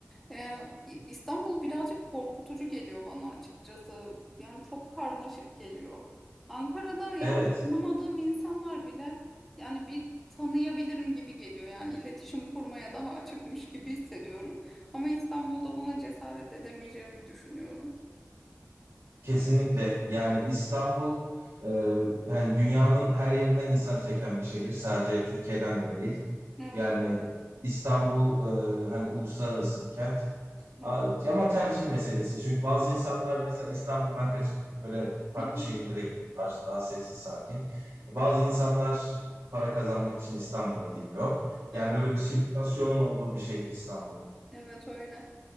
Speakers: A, in the centre; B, on the right.
A: Ee, İ- İstanbul birazcık korkutucu geliyor bana açıkçası yani çok karmaşık geliyor. Ankara'da yani
B: Evet,
A: tanımadığım insanlar bile yani bir tanıyabilirim gibi geliyor yani iletişim kurmaya daha açıkmış gibi hissediyorum. Ama İstanbul'da buna cesaret edemeyeceğimi düşünüyorum.
B: kesinlikle. Yani İstanbul e, yani dünyanın her yerinden insan çeken bir şehir. Sadece Türkiye'den de değil.
A: Evet,
B: Yani İstanbul e, hani uluslararası bir kent. A-
A: evet,
B: Ama tercih meselesi. Çünkü bazı insanlar mesela İstanbul'dan kaçıp böyle farklı
A: Hı hı,
B: şehirlere gidiyorlar. Daha sessiz, sakin. Bazı insanlar para kazanmak için İstanbul'a geliyor.
A: evet,
B: Yani böyle bir sirkülasyonun olduğu bir şehir İstanbul.
A: evet öyle.